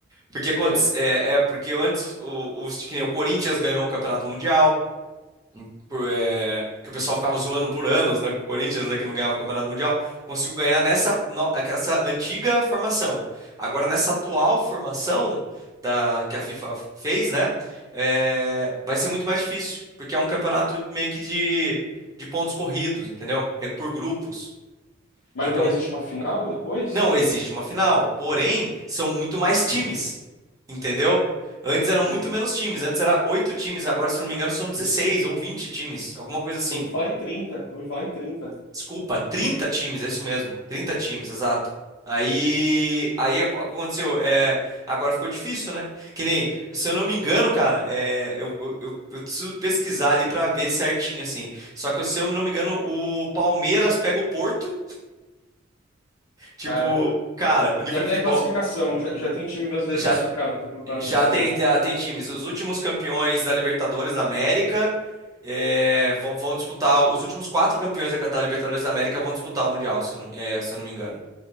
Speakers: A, on the right; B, on the left.
A: Porque,
B: Por
A: aconte-
B: quê?
A: é, é, porque antes o, os, que nem o Corinthians ganhou o Campeonato Mundial por, é, que o pessoal ficava zoando por anos, né, com o Corinthians, né, que não ganhava o Campeonato Mundial, conseguiu ganhar nessa no- essa antiga formação. Agora, nessa atual formação da, que a FIFA fez, né, é, vai ser muito mais difícil, porque é um campeonato meio que de, de pontos corridos, entendeu? É por grupos.
B: Mas
A: Então,
B: não existe uma final depois?
A: não existe uma final, porém, são muito mais times, entendeu? Antes
B: Entendi.
A: eram muito menos times, antes era oito times, agora, se eu não me engano, são 16 ou 20 times, alguma coisa assim.
B: ouvi falar em trinta, ouvi falar em 30.
A: Desculpa, 30 times, é isso mesmo. 30 times, exato. Aí, aí ac- aconteceu, é, agora ficou difícil, né? Que nem, se eu não me engano, cara, é, eu, eu, eu- eu preciso pesquisar ali pra ver certinho, assim. Só que se eu não me engano, o Palmeiras pega o Porto, tipo,
B: Caramba.
A: cara, o nível
B: Já
A: de
B: tem
A: futebol
B: a classificação. Já, já tem time brasileiro
A: já,
B: classificado para o campeonato
A: já
B: desse
A: tem,
B: ano.
A: tem, tem times. Os últimos campeões da Libertadores da América é, vão, vão disputar, os últimos quatro campeões da, da Libertadores da América vão disputar o Mundial, se eu não, é, se eu não me engano.